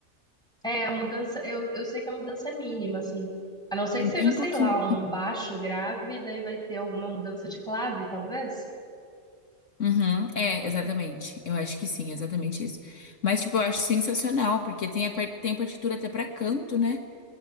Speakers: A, in the centre; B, on the left.
A: É, a mudança, eu, eu sei que a mudança é mínima, assim. A não ser
B: É
A: que seja,
B: bem
A: sei
B: pouquinho.
A: lá, um baixo grave, daí vai ter alguma mudança de clave, talvez?
B: Uhum, é, exatamente. Eu acho que sim, exatamente isso. Mas, tipo, eu acho sensacional, porque tem, a par- tem partitura até pra canto, né?